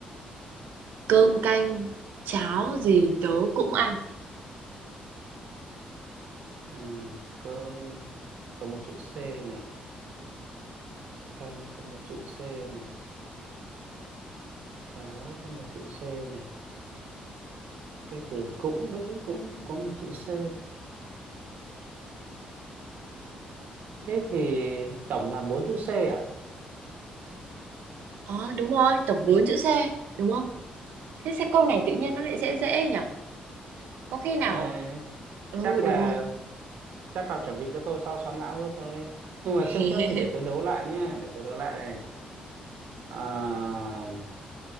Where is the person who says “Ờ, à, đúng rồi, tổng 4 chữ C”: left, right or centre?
Right